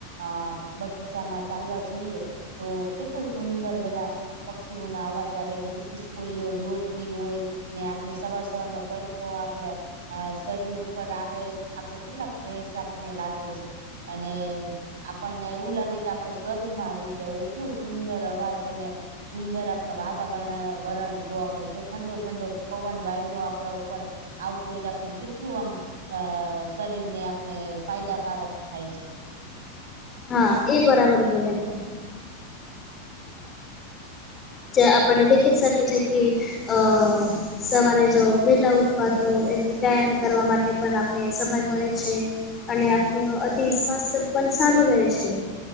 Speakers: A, on the right (about 60°); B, on the left (about 25°).
A: <unintelligible> બગીચામાં જઈએ તો કેટલું સુંદર બધા પક્ષીઓ ના અવાજ આવે બધી ખિસકોલીઓ દોડતી હોય ને આપણે સવાર સવારમાં તડકો આપડે અ શરીર ઉપર આવે આપડે કેટલા ફ્રેશ આપણને લાગે છે. અને આપણને એવું લાગે આપડે સ્વર્ગમાં આવી ગયા હોય એટલું સુંદર અવાજ અને સુંદર આપને વાતાવરણ વરણ જોવા મળે છે ઠંડો ઠંડો પવન વાયરો આપણા ઉપર આવતું હોય તો આપણે કેટલું આમ શરીર ને આપણે ફાયદાકારક થાય છે.
B: હા એ બરાબર બોલ્યા. આપણને દેખી જ શકે છે કે <unintelligible> સવારે જ વેલા ઉઠવા તો એથી વ્યાયામ કરવા માટે પણ આપને સમય મળે છે. અને આપનું અતિ સ્વાસ્થ્ય પણ સારું રહે છે.